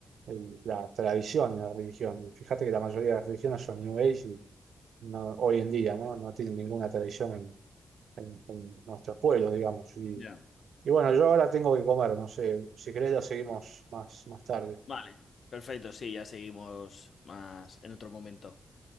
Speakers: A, on the right; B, on the left.
A: el- la tradición en la religión. Y fíjate que la mayoría de las religiones son New Age y no- hoy en día, ¿no? No tienen ninguna tradición en, en- en nuestros pueblos, digamos. Y,
B: Ya.
A: y bueno, yo ahora tengo que comer, no sé, si querés ya seguimos más, más tarde.
B: Vale. Perfecto, sí, ya seguimos más en otro momento.